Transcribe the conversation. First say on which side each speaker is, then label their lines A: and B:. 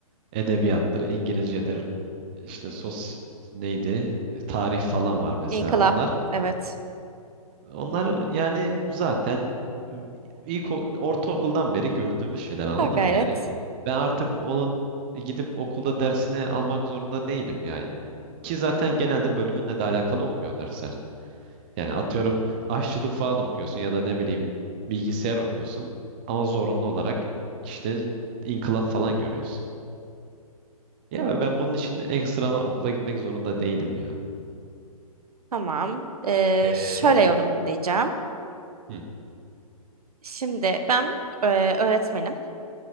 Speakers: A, on the right; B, on the right.
A: Edebiyattır, İngilizcedir, işte sos neydi, tarih falan var mesela.
B: İnkılap.
A: Onlar
B: Evet.
A: onlar yani zaten ilk ortaokuldan beri gördüğümüz şeyler anladın
B: Ha, gayret.
A: mı? Yani ben artık onun gidip okulda dersini almak zorunda değilim ya. Ki zaten genelde bölümünle de alakalı olmuyor dersler. Yani atıyorum aşçılık falan okuyorsun ya da ne bileyim bilgisayar okuyorsun ama zorunlu olarak işte inkılap falan görüyorsun. Ya
B: Hmm,
A: ve ben bunun için ekstradan okula gitmek zorunda değilim ya.
B: Tamam. Ee,
A: Ee,
B: şöyle yorumlayacağım.
A: Hı,
B: Şimdi ben e, öğretmenim.